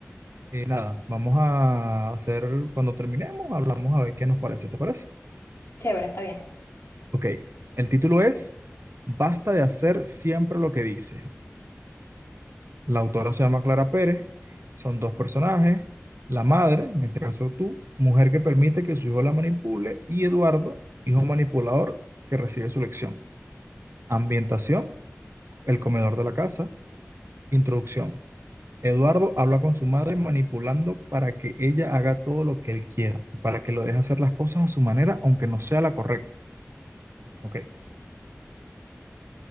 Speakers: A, on the right (about 55°); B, on the left (about 55°).
A: Eh, nada, vamos a hacer, cuando terminemos, hablamos a ver qué nos parece. ¿Te parece?
B: chévere, está bien.
A: Ok. El título es Basta de hacer siempre lo que dice. La autora se llama Clara Pérez. Son dos personajes. La madre, en este caso tú, mujer que permite que su hijo la manipule, y Eduardo, hijo manipulador que recibe su lección. Ambientación, el comedor de la casa. Introducción. Eduardo habla con su madre manipulando para que ella haga todo lo que él quiera y para que lo deje hacer las cosas a su manera, aunque no sea la correcta. Ok.